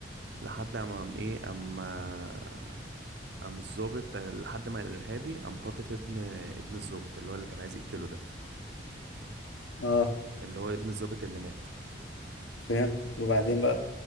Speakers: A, on the right; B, on the left.
A: لحد ما قام ايه اما قام الظابط لحد ما الارهابي قام خاطف ابن ابن الظابط اللي هو اللي كان عايز يقتله ده
B: اه
A: اللي هو ابن الظابط اللي مات
B: فهمت وبعدين بقى